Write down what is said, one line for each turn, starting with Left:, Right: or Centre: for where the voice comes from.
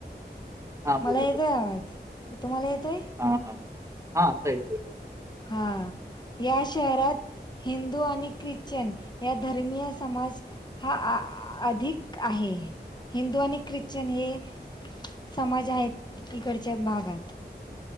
Right: हां
Left: मला
Right: बोला,
Left: येतोय आवाज तुम्हाला येतोय.
Right: हा हां हा आता येतोय
Left: हा या शहरात हिंदू आणि ख्रिश्चन या धर्मीय समाज हा अधिक आहे हिंदू आणि ख्रिश्चन हे समाज आहेत इकडच्या भागात